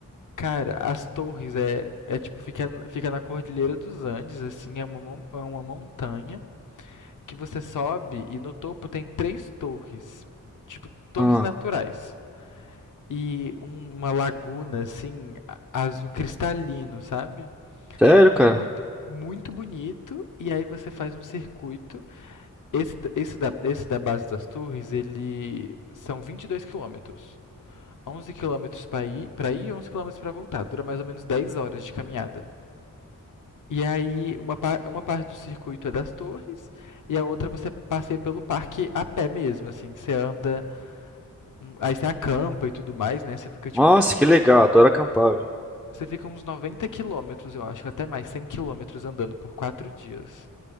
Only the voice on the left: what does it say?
Cara, as torres é, é tipo, fica, fica na Cordilheira dos Andes, assim, é uma, mon- é uma montanha que você sobe e no topo tem três torres, tipo, torres
naturais. E um- uma laguna, assim, a- azul cristalino, sabe?
Muito,
muito bonito. E aí você faz um circuito Esse, da- esse, da, esse da base das torres, ele são 22 quilômetros. onze quilômetros para ir, para ir e 11 quilômetros para voltar. Dura mais ou menos 10 horas de caminhada. E aí, uma, pa- uma parte do circuito é das torres e a outra você passeia pelo parque a pé mesmo, assim. Você anda, um- aí você acampa e tudo mais, né? Você fica tipo
uns...
Você fica uns 90 quilômetros, eu acho, até mais, 100 quilômetros andando por 4 dias.